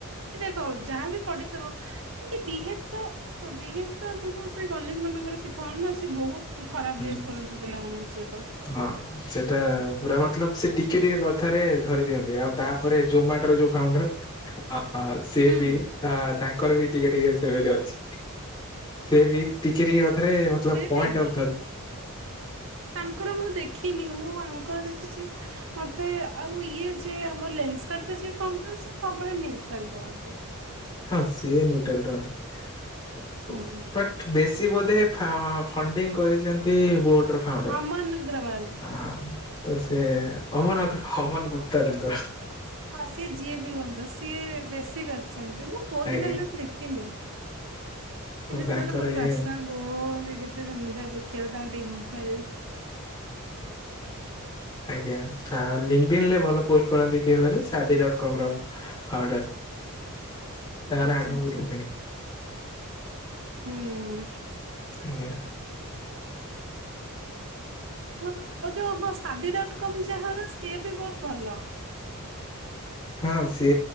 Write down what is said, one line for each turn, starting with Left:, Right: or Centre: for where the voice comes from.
Right: ତ ଯାହା ବି ପଢିଥିବ ବିହେବ ତ ବିହେବ ତ ଆମକୁ ସେଇ କଲେଜ ମାନଙ୍କରେ ଶିଖାହଉନି ନା ସେ ବହୁତ ଖରାପ
Left: ହୁଁ
Right: ବିହେବ କରନ୍ତି ପିଲା ମାନଙ୍କ ସହିତ।
Left: ହଁ। ସେଟା ପୁରା ମତଲବ ସେ ଟିକେ ଟିକେ କଥାରେ ଧରି ଦିଅନ୍ତି ଆଉ ତାପରେ ଜୋମାଟର ଯୋଉ ଫାଉଣ୍ଡର ଅ ଅ ସିଏବି
Right: ହୁଁ
Left: ଅ ତାଙ୍କର ବି ଟିକେ ଟିକେ ସେମିତି ଅଛି ସେଏ ବି ଟିକେ ଟିକେ କଥାରେ
Right: ଆଉ
Left: ମତଲବ୍
Right: ସେ
Left: ପଏଣ୍ଟ
Right: ବି
Left: ଆଉ
Right: ତାଙ୍କର ମୁଁ ଦେଖିନି, ମୁଁ ଆଙ୍କର ଦେଖିଛି। ମତେ ଆଉ ଇଏ ଯେ ଆମ ଲେନସ୍କାର୍ଟ ର ଯିଏ ଫାଉଣ୍ଡର, ସିଏ ସବୁବେଳେ ନିଉଟ୍ରାଲ ରୁହନ୍ତି।
Left: ହଁ ସିଏ ନିୟୁଟ୍ରାଲ ରୁହନ୍ତି
Right: ହୁଁ
Left: ବଟ ବେଶୀ ବୋଧେ ଫା ଫଣ୍ଡିଙ୍ଗ କରିଛନ୍ତି ବୋଟ ର ଫାଉଣ୍ଡର
Right: ଅମନ ଅଗ୍ରୱାଲ।
Left: ହଁ। ତ ସେ ଅମନ ଅଗ୍ର ଅମନ ଗୁପ୍ତା ତାଙ୍କର।
Right: ହଁ ସିଏ ଯିଏ ବି ହୁଅନ୍ତୁ, ସିଏ ବେଶୀ କରିଛନ୍ତି ମୁଁ ବହୁତ
Left: ଆଜ୍ଞା
Right: ଦିନ ହେଲା ବି ଦେଖିନି।
Left: ତ
Right: କିନ୍ତୁ
Left: ତାଙ୍କର
Right: ସେମାନେ ମତେ
Left: ଇଏ
Right: ବହୁତ ପସନ୍ଦ ହୋ ସେ କେତେ ସୁନ୍ଦର ଦେଖିବାକୁ ତାଙ୍କ ଡିମ୍ପଲ
Left: ଆଜ୍ଞା, ଆ ଲିଙ୍କଡଇନ୍ ରେ ଭଲ ପୋଷ୍ଟ କରନ୍ତି କିଏ କହିଲେ ସାଦି ଡଟକମ ର। ହାଉଡର ତାଙ୍କ
Right: ଆଚ୍ଛା
Left: ନା <unintelligible>
Right: ଆଚ୍ଛା ହୁଁ।
Left: ଆଜ୍ଞା।
Right: ହଁ ଯୋଉ ହଁ ସାଦି ଡଟ କମ୍ ଯାହାର, ସିଏ ବି ବହୁତ ଭଲ।
Left: ହଁ ସେ